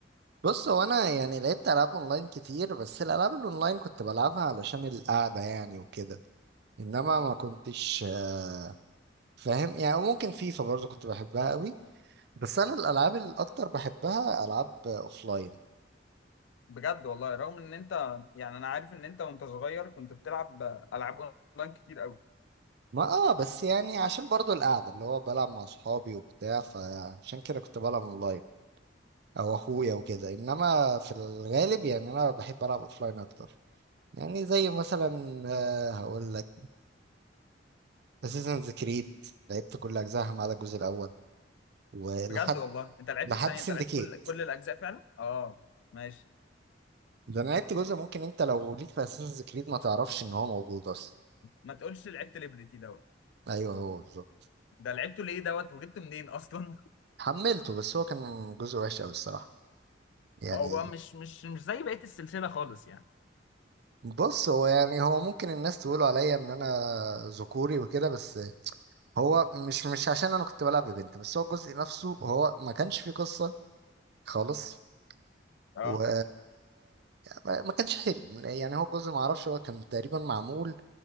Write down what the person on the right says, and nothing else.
بص هو انا يعني لعبت العاب اونلاين كتير بس الالعاب الاونلاين كنت بلعبها علشان القعده يعني وكده انما ما كنتش آه، فاهم يعني ممكن فيفا برضو كنت بحبها قوي بس انا الالعاب الاكتر بحبها العاب اوفلاين
ما اه بس يعني عشان برضو القعدة اللي هو بلعب مع صحابي وبتاع فعشان كده كنت بلعب اونلاين او اخويا وكده انما في الغالب يعني انا بحب العب اوفلاين اكتر يعني زي مثلا آه هقول لك اساسنز كريد لعبت كل اجزائها ما عدا الجزء الاول ولحد
لحد
سندكيت
ده انا لعبت جزء ممكن انت لو ليك في اساسنز كريد ما تعرفش ان هو موجود اصلا
ايوه هو بالظبط
حملته بس هو كان جزء وحش قوي الصراحة
يعني
بص هو يعني هو ممكن الناس تقولوا عليا ان انا ذكوري وكده بس هو مش مش عشان انا كنت بلعب ببنت بس هو الجزء نفسه هو ما كانش فيه قصة خالص
و ما كانش حلو يعني هو الجزء ما اعرفش هو كان تقريبا معمول